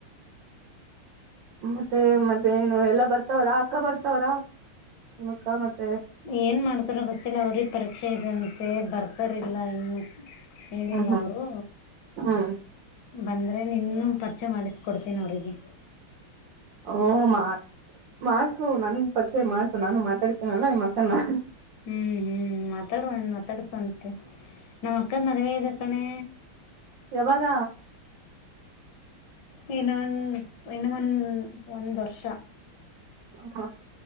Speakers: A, on the right; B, on the left.
A: ಮತ್ತೆ ಮತ್ತೆನು ಎಲ್ಲ ಬರ್ತಾವ್ರಾ ಅಕ್ಕ ಬರ್ತಾವ್ರ. ನಿಮ್ಮಕ್ಕ ಮತ್ತೆ
B: ಏನ್ ಮಾಡ್ತಾರ ಗೊತ್ತಿಲ್ಲ ಅವ್ರಿಗೆ ಪರೀಕ್ಷೆ ಇ. ಅಂತೆ ಬರ್ತಾರಿಲ್ಲ ಇನ್ನುೂ ಹೇಳಿಲ್ಲ
A: ಹ್ಮ್ ಹ್ಮ್
B: ಅವರು.
A: ಹ್ಮ್
B: ಬಂದ್ರೆ ನಿನ್ನ ಪರಿಚೆ ಮಾಡಿಸಕೊಡ್ತೀನಿ ಅವರಿಗೆ.
A: ಓ ಮಾ ಮಾಡ್ಸು ನನ್ಗೆ ಪರಿಚಯ ಮಾಡ್ಸು ನಾನು ಮಾತಾಡ್ತೀನಲ್ಲ ನಿಮ್ಮ ಅಕ್ಕ ನ.
B: ಹ್ಮ್ ಹ್ಮ್ ಮಾತಾಡುವ ಮಾತಾಡಸುವಂತೆ. ನಮ್ ಅಕ್ಕನ ಮದುವೆ ಇದೆ ಕಣೆ.
A: ಯಾವಾಗ
B: ಇನ್ನೊಂದ ಇನ್ನ ಒಂದ್ ಒಂದ್ ವರ್ಷ.
A: ಹ